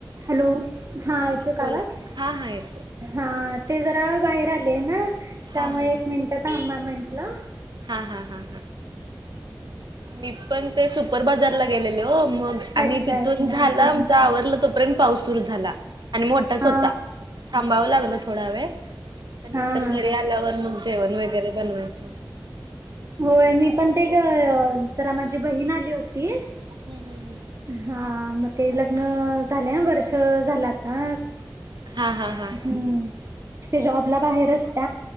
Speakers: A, on the right; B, on the right.
A: Hello हा यऐेतोय
B: बोला
A: आवाज,
B: हा हा येतो
A: हा ते जरा बाहेर आले ना त्यामुळे
B: हा हा हा
A: एक मिनटत आमा म्हटलं.
B: हा हा हा हा मी पण ते सुपर बाजारला गेलेले हो मग,
A: अच्छा
B: आणि तिथून
A: अच्छा
B: झालं
A: हा
B: आमच
A: हा
B: आवरलं. तोपर्यंत पाऊस सुरू झाला आणि मोठाच होता
A: हा
B: थांबाव लागला थोडा वेळ, त्यानंतर
A: हा हा
B: घरी
A: हा
B: आल्यावर मग जेवण वगैरे बनवायचं.
A: होय मी पण ते जरा माझी बहीण आली होती.
B: हम् हम् हम
A: हा मग ते लग्न झाले वर्ष झालं आता,
B: हा हा हा
A: हम्म ते जॉबला बाहेर असत.